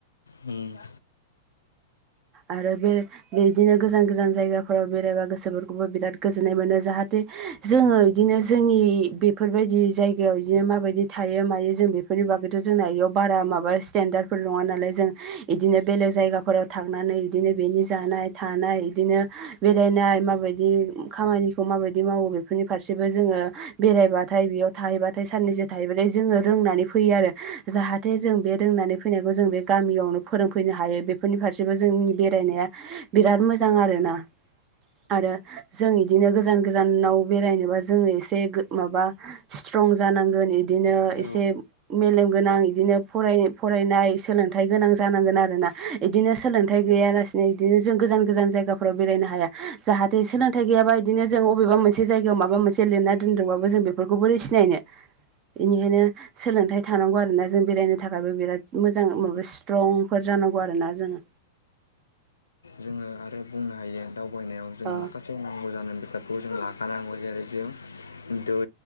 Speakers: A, on the left; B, on the right.
A: उम
B: आरो बे बेदिनो गोजान गोजान जायगाफोराव बेरायबा गोसोफोरखौबो बिराद गोजोननाय मोनो जाहाथे जोङो इदिनो जोंनि बेफोरबायदि जायगायाव बिदिनो माबायदि थायो मायो जों बे बेफोरनि बागैथ जोंना बेयाव बारा माबा स्टेनडार्फोर नङा नालाय जों बिदिनो बेलेग जायगाफोराव था थांनानै बिदिनो बेनि जानाय थानाय बिदिनो बेरायनाय माबायदि खामानि माबायदि मावो बेफोरनि फारसेबो जोङो बेरायबाथाय बेयाव थाहैबाथाय साननो थायोबथाय जोङो रोंनानै फैयो आरो जाहाथे जों बे रोंनानै फैनायखौ जों बे गामयावनो फोरोंफैनो हायो बेफोरनिफ्राय गसिबो जोंनि बेरायनाया बिराद मोजां आरोना आरो जों इदिनो गोजान गोजानाव बेरायनोबा जोङो एसे माबा स्ट्रं जानांगोन इदिनो एसे
A: औ
B: मेलेम गोनां बिदिनो फराय फरायनाय सोलोंथाइ गोनां जानांगोन आरोना बिदिनो सोलोंथाइ गैयालासिनो बिदिनो जों गोजान गोजान जायगाफोराव बेरायनो हाया जाहाथे सोलोंथाइ गैयाबा बिदिनो जों अबेबा मोनसे जायगायाव माबा मोनसे लिरना दोनदोंबाबो जों बेफोरखौ बोरै सिनायनो बेनिखायनो सोलोंथाइ थानांगौ आरोना जों बेरायनो थाखायबो बिराद मोजां
A: औ
B: माबा स्ट्रंफोर जानांगौ आरो ना जोङो
A: जोङो आरो बुंनो हायो दावबायनायाव जों
B: अ
A: माखासे फसे नांगौ जानाय बेसादखौ जों लाखानांगौ जेरै जों दै